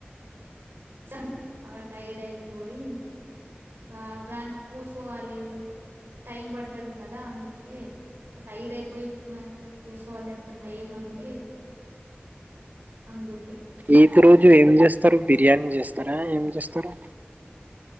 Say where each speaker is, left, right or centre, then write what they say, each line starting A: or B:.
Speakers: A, on the right; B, on the right.
A: ఇసాని బాగా టైర్డ్ అయిపోయి, బావ్ దాంట్లో కూసోవాలి. టైమ్ పడుతది కదా! అందుకే, టైడ్ అయిపోయి, మనతో కూసోవాలి అంత టైం అంటే, అందు
B: ఈద్ రోజు ఏం చేస్తారు? బిర్యానీ చేస్తారా ఏం చేస్తారు